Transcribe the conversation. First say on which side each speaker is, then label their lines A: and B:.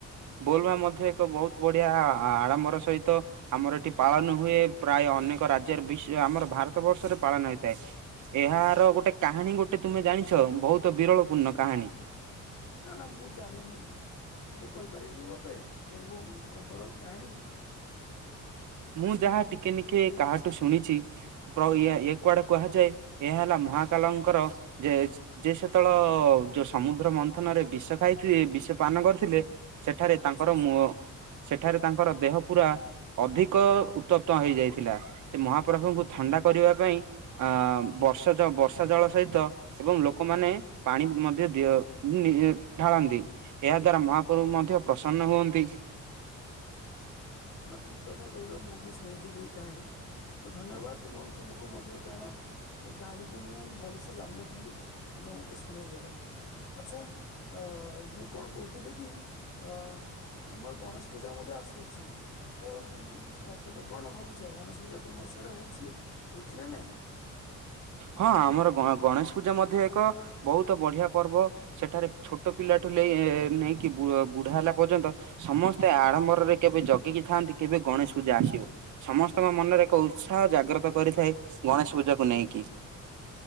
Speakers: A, on the right; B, on the left.
A: ବୋଲମା ମଧ୍ୟ ଏକ ବହୁତ ବଢିଆ ଆଡ଼ମ୍ବର ସହିତ ଆମର ଏଠି ପାଳନ ହୁଏ ପ୍ରାୟ ଅନେକ ରାଜ୍ୟରେ ବିଶ ଆମର ଭାରତ ବର୍ଷରେ ପାଳନ ହେଇଥାଏ। ଏହାର ଗୋଟେ କାହାଣୀ ଗୋଟେ ତୁମେ ଜାଣିଛ ବହୁତ ବିରଳପୂର୍ଣ୍ଣ କାହାଣୀ?
B: ନା ନା ମୁଁ ଜାଣିନି ତୁମେ କହିପାରିବକି ମୋତେ ବୋଲଭୋମ ପର୍ବର କାହାଣୀ?
A: ମୁଁ ଯାହା ଟିକେ ନିକେ କାହାଠୁ ଶୁଣିଚି। ହଁ ୟା ଏ କୁଆଡେ କୁହାଯାଏ ଏହା ହେଲା ମହାକାଲଙ୍କର ଯେ ଯେ ସେତେବେଳ ଯୋଉ ସମୁଦ୍ର ମନ୍ଥନରେ ବିଷ ଖାଇଥିଲେ ବିଷ ପାନ କରିଥିଲେ। ସେଠାରେ
B: ଆଚ୍ଛା
A: ତାଙ୍କର
B: ଆଚ୍ଛା
A: ମୁହ ସେଠାରେ ତାଙ୍କର ଦେହ ପୁରା ଅଧି କ ଉତ୍ତପ୍ତ ହେଇଯାଇଥିଲା ସେ ମହାପ୍ରଭୁଙ୍କୁ ଥଣ୍ଡା କରିବା ପାଇଁ। ଆ ବର୍ଷାଚ ବର୍ଷା ଜଳ ସହିତ। ଏବଂ ଲୋକମାନେ ପାଣି ମଧ୍ୟ ଦିଅ ନିଜେ ଢାଳନ୍ତି। ଏହା ଦ୍ଵାରା ମହାପ୍ରଭ ମଧ୍ୟ ପ୍ରସନ୍ନ ହୁଅନ୍ତି।
B: ହଁ ଠିକ୍ କଥା କହିଲ ମୁଁ ବି ଶୁଣିଥିଲି ଏଇ କାହାଣୀ। ଧନ୍ୟବାଦ ତମ ତୁମକୁ ମଧ୍ୟ କାରଣ ଏ କାହାଣୀକୁ ମୁଁ ଭଲସେ ଜାଣିନଥିଲି ତୁମେ ମୋତେ ଶୁଣେଇଦେଲ। ଆଚ୍ଛା ଅ ମୁଁ କଣ କହୁଥିଲି କି। ଆ ଆମର ଗଣେଶ ପୂଜା ମଧ୍ୟ ଆସୁଅଛି। ତ ତୁ ତୁମେ କଣ ଭାବୁଛ ଗଣେଶ ପୂଜା ତୁମର ସିଆଡ଼େ ହଉଚି ହଉଚି ନା ନାଇଁ?
A: ହଁ ଆମର ଗ ଗଣେଶ ପୂଜା ମଧ୍ୟ ଏକ ବହୁତ ବଢିଆ ପର୍ବ। ସେଠାରେ ଛୋଟ ପିଲା ଠୁ ନେଇ ନେଇକି ବୁଢା ହେଲା ପର୍ଯ୍ୟନ୍ତ। ସମସ୍ତେ ଆଡମ୍ବରରେ କେବେ ଜଗିକି ଥାନ୍ତି କେବେ ଗଣେଶ ପୂଜା ଆସିବ। ସମସ୍ତଙ୍କ ମନରେ ଏକ ଉତ୍ସାହ ଜାଗ୍ରତ କରିଥାଏ ଗଣେଶ ପୂଜାକୁ ନେଇ କି।